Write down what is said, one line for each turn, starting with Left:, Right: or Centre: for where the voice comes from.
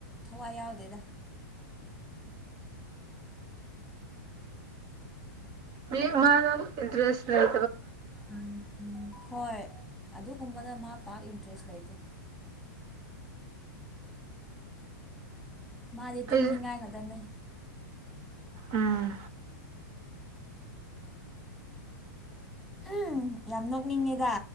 Centre: ꯊꯋꯥꯏ ꯌꯥꯎꯗꯦꯗ
Right: ꯃꯤ ꯃꯥꯅ ꯏꯟꯇꯔꯦꯁ ꯅ
Centre: ꯎ ꯎꯝ ꯍꯣꯏ ꯑꯗꯨꯒꯨꯝꯕꯗ ꯃꯥ ꯄꯥꯛ ꯏꯟꯇꯔꯦꯁ ꯂꯩꯇꯦ ꯃꯥꯗꯤ ꯇꯨꯝꯅꯤꯡꯉꯥꯏ
Right: ꯑꯩ
Centre: ꯈꯛꯇꯅꯦ
Right: ꯎꯝ
Centre: ꯎꯝ ꯌꯥꯝ ꯅꯣꯛꯅꯤꯡꯉꯦꯗ